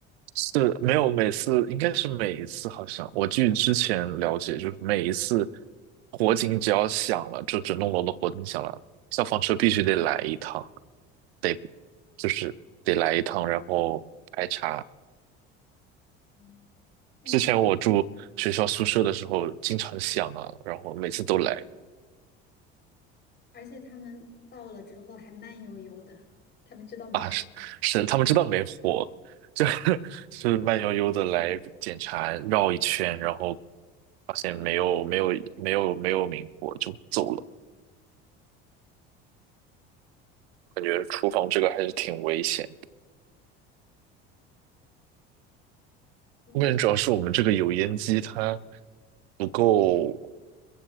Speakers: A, on the right (about 80°); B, on the left (about 35°).
A: 是没有每次，应该是每一次，好像我据之前了解，就是每一次火警只要响了，就整栋楼的火警响了，消防车必须得来一趟，得就是得来一趟，然后排查。
B: 嗯，你
A: 之前我住学校宿舍的时候，经常响啊，然后每次都来
B: 而且他们到了之后还慢悠悠的，他们知道没事的。
A: 啊，是是，他们知道没火，就 <laughs> 就是慢悠悠的来检查，绕一圈，然后发现没有没有没有没有明火就走了。感觉厨房这个还是挺危险的。
B: 嗯
A: 我感觉主要是我们这个油烟机它不够